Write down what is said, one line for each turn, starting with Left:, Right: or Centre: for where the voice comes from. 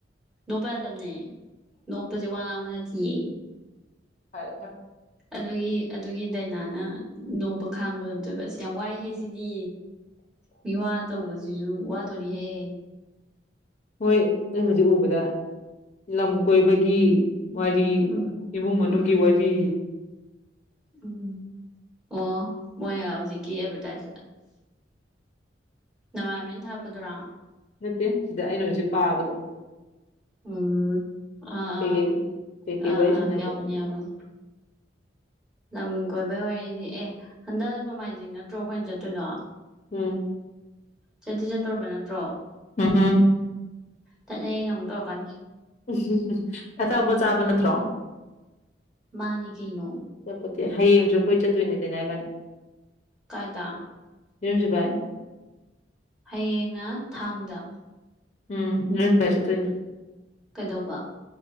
Centre: ꯅꯣꯛꯞꯄ ꯌꯥꯗꯕꯅꯦ ꯅꯣꯛꯄꯁꯦ ꯋꯥ ꯉꯥꯡꯕ ꯅꯠꯇꯤꯌꯦ
Left: ꯍꯥꯏ
Centre: ꯑꯗꯨꯒꯤ ꯑꯗꯨꯒꯤ ꯗꯥꯏꯅꯥꯅ ꯅꯣꯛꯄ ꯈꯥꯡꯕꯗꯣꯝ ꯇꯣꯏꯕ ꯑꯁ ꯌꯥꯝ ꯋꯥꯏꯍꯦ ꯁꯤꯗꯤ ꯃꯤꯋꯥ ꯇꯧꯕꯁꯤꯁꯨ ꯋꯥꯗꯣꯔꯤꯍꯦ
Left: ꯍꯣꯏ ꯅ ꯍꯧꯖꯤꯛ ꯎꯕꯗ ꯂꯝ ꯀꯣꯏꯕꯒꯤ ꯋꯥꯔꯤ
Centre: ꯎꯝ
Left: ꯏꯃꯨꯡ ꯃꯅꯨꯡꯒꯤ
Centre: ꯎꯝ
Left: ꯋꯥꯔꯤ
Centre: ꯎꯝ ꯑꯣ ꯃꯣꯏ ꯍꯧꯖꯤꯛꯀꯤ ꯑꯦꯚꯔꯇꯥꯏ ꯅꯃꯥꯏꯃꯦꯦꯟ ꯊꯥꯛꯞꯄꯗꯨꯔꯥ
Left: ꯅꯠꯇꯦ ꯁꯤꯗ ꯑꯩꯅ ꯍꯧꯖꯤꯛ ꯄꯥꯕꯗ
Centre: ꯎꯝ ꯑꯥ
Left: ꯀꯩꯀꯩ
Centre: ꯑꯥ
Left: ꯀꯩꯀꯩ
Centre: ꯑꯥ
Left: ꯋꯥꯔꯤ
Centre: ꯑꯥ
Left: ꯁꯥꯟꯅꯒꯗꯕꯅꯣ
Centre: ꯌꯥꯎꯃꯅꯤ ꯌꯥꯎꯅꯤ ꯂꯝ ꯀꯣꯏꯕꯩ ꯋꯥꯔꯤꯅꯤ ꯑꯦ ꯍꯟꯗꯛ ꯅꯣꯡꯃꯥꯏꯖꯤꯡ ꯅꯠꯇ꯭ꯔꯣ ꯑꯩꯈꯣꯏꯅ ꯆꯠꯇꯣꯏꯗꯣ
Left: ꯎꯝ
Centre: ꯆꯇꯤ ꯆꯠꯇ꯭ꯔꯕ ꯅꯠꯇ꯭ꯔꯣ
Left: ꯎꯝ ꯎꯝ
Centre: ꯆꯠꯅꯩ ꯅꯣꯡ ꯇꯧꯑꯀꯅꯤ
Left: ꯎ ꯑꯆꯧꯕ ꯆꯥꯕ ꯅꯠꯇ꯭ꯔꯣ
Centre: ꯃꯥꯅꯤ ꯀꯩꯅ
Left: ꯑꯆꯥꯄꯣꯠꯇꯤ ꯍꯌꯦꯡꯁꯨ ꯑꯩꯈꯣꯏ ꯆꯠꯇꯣꯏꯅꯦꯗꯅꯕꯅꯤ
Centre: ꯀꯥꯏꯗ
Left: ꯌꯨꯝꯁꯤ ꯚꯥꯏ
Centre: ꯍꯌꯦꯡꯅ ꯊꯥꯡꯗ
Left: ꯎꯝ ꯃꯤꯄ ꯆ ꯇꯅ
Centre: ꯀꯩꯗꯧꯕ